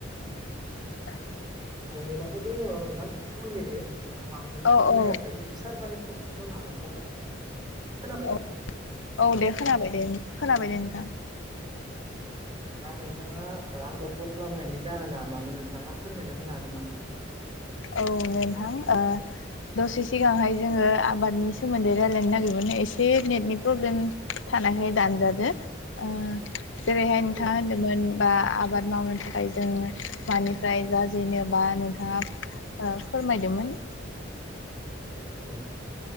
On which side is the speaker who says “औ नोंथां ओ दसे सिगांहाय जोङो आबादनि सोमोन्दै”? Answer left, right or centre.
Left